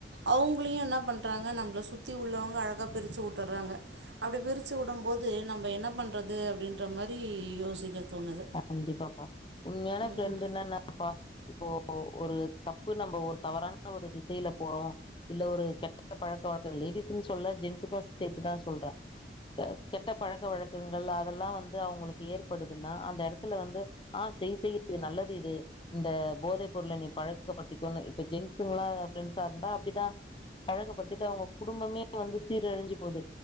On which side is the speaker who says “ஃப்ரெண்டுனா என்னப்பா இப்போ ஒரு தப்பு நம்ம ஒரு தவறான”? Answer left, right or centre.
Left